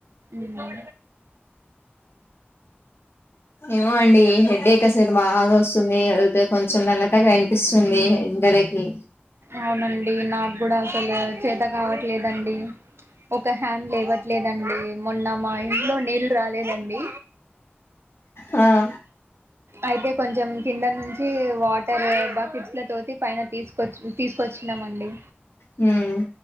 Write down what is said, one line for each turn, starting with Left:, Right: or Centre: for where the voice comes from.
Right: ఊహు
Left: ఏమో అండి ఇ హెడేక్ అసలు బాగా వస్తుంది హెల్త్ కొంచెం నల్లటగా అనిపిస్తుంది. బె ఎండరకి
Right: అవునండి నాకు కూడా అసలు చేత కావట్లేదండి ఒక హ్యాండ్ లేవట్లేదం మొన్న మా ఇంట్లో నీళ్ళు రాలేదండి
Left: హ్ ఆ
Right: అయితే కొంచెం కింద నుంచి వాటర్ బకిట్స్ తోటి పైన తీసుకొచ్చి తీసుకొచ్చినామండి
Left: హుమ్